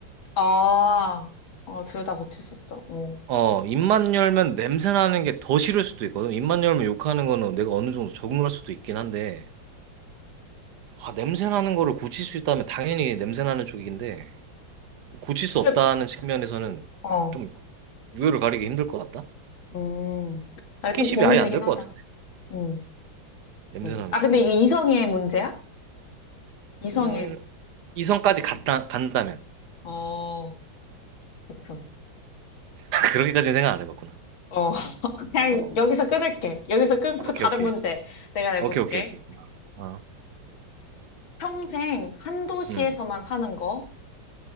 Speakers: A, on the left (about 85°); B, on the right (about 60°).
A: 아, 어, 둘 다 고칠 수 없다. 응.
B: 어, 입만 열면 냄새 나는 게 더 싫을 수도 있거든. 입만 열면 욕하는 거는 내가 어느 정도 적응할 수도 있긴 한데, 아, 냄새 나는 거를 고칠 수 있다면 당연히 냄새 나는 쪽인데, 고칠 수
A: 그래,
B: 없다는 측면에서는
A: 어,
B: 좀 우열을 가리기 힘들 것 같다?
A: 음. 나
B: 스킨십이
A: 좀 고민되긴
B: 아예 안 될
A: 하다.
B: 것 같은데?
A: 응.
B: 냄새
A: 응.
B: 나는
A: 아,
B: 쪽은?
A: 근데 이게 이성의 문제야? 이성일
B: 음, 이성까지
A: 때?
B: 갔다, 간다면.
A: 어, 그렇군.
B: 그렇게까지는 생각 안 해봤구나.
A: 어, <laughs> 그냥
B: 어,
A: 여기서 끊을게. 여기서 끊고
B: 오케이,
A: 다른
B: 오케이.
A: 문제 내가 내볼게.
B: 오케이, 오케이, 오케이. 아, 어.
A: 평생 한 도시에서만
B: 음.
A: 사는 거.